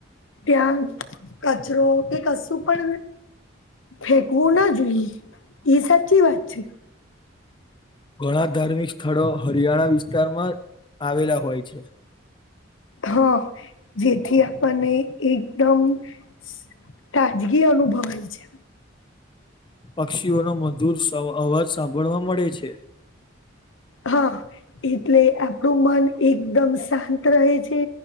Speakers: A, on the left; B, on the left.
A: ત્યાં કચરો કે કશું પણ ફેંકવું ના જોઈએ ઈ સાચી વાત છે
B: ઘણા ધાર્મિક સ્થળો હરિયાણા વિસ્તારમાં આવેલા હોય છે
A: હા જેથી આપણને એકદમ સ તાજગી અનુભવાય છે
B: પક્ષીઓનો મધુર સવાર અવાજ સાંભળવા મળે છે.
A: હા એટલે આપડું મન એકદમ શાંત રહે છે